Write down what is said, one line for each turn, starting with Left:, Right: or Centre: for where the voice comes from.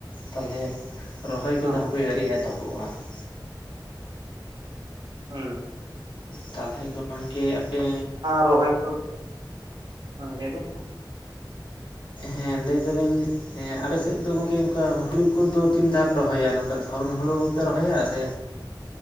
Left: ᱛᱟᱞᱦᱮ ᱨᱚᱦᱚᱭ ᱠᱚᱫᱚ
Right: ᱦᱚᱸ
Left: ᱦᱟᱯᱮ ᱟᱣᱨᱤ ᱮᱛᱚᱦᱚᱜᱼᱟ ᱾
Right: ᱦᱩᱸ
Left: ᱛᱟᱦᱚᱞᱮ ᱜᱚᱢᱠᱮ ᱟᱯᱮ
Right: ᱨᱚᱦᱳᱭ ᱠᱚ <unintelligible>
Left: ᱦᱮᱸ ᱞᱟᱹᱭ ᱫᱟᱞᱤᱧ ᱦᱮᱸ ᱟᱯᱮ ᱥᱮᱫ ᱫᱚ ᱜᱚᱝᱠᱮ ᱱᱚᱝᱠᱟ ᱦᱩᱲᱩ ᱠᱚᱫᱚ ᱛᱤᱱ ᱫᱷᱟᱣ ᱯᱮ ᱨᱚᱦᱚᱭᱟ ᱱᱚᱝᱠᱟ ᱫᱷᱚᱨᱚᱱ ᱦᱩᱲᱩ ᱦᱚᱸᱯᱮ ᱨᱚᱦᱚᱭᱟ ᱥᱮ